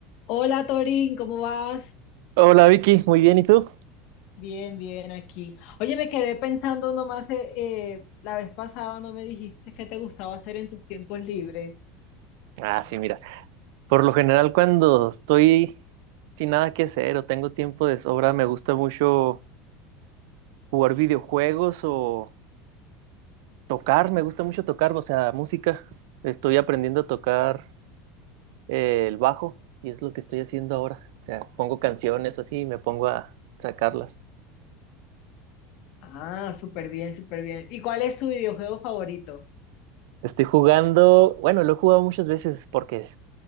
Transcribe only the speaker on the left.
Hola Torín, ¿cómo vas?
Bien, bien aquí. Oye, me quedé pensando nomás, eh, eh, la vez pasada no me dijiste qué te gustaba hacer en tus tiempos libres.
Ah, súper bien, súper bien. ¿Y cuál es tu videojuego favorito?